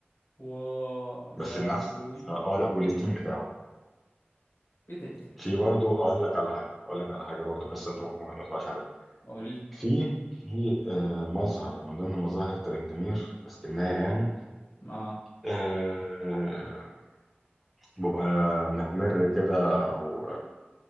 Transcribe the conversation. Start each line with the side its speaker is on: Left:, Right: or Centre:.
Left: و يا
Centre: بس لنفسه
Left: ابوي
Centre: اه آه، لا وللتيم بتاعه
Left: ايه ده ايه ده ايه
Centre: في
Left: ده
Centre: برضه اقول لك على حاجه اقول لك على حاجه برضه قصه انت ممكن ما تبقاش عارفها
Left: قول لي
Centre: في في آه، مظهر من ضمن مظاهر ترندمير اسكنايه يعني
Left: ما
Centre: آه، بيبقى محمر كده او